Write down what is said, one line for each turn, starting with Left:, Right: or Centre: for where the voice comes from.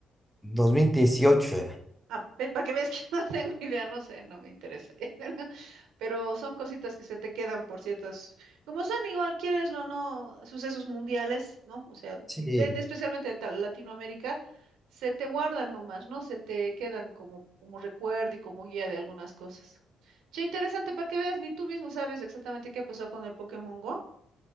Centre: 2018 era.
Right: Ah, para que veas que <laughs> no tengo idea, no sé, no me interesa. <laughs> Pero son cositas que se te quedan por ciertas, como son igual, quieres o no, sucesos mundiales, ¿no? O sea,
Centre: Sí.
Right: y de, de- especialmente de tal- Latinoamérica, se te guardan nomás, ¿no? Se te quedan como, como recuerdo y como guía de algunas cosas. Che, interesante, para que veas, ni tú mismo sabes exactamente qué pasó con el Pokémon Go.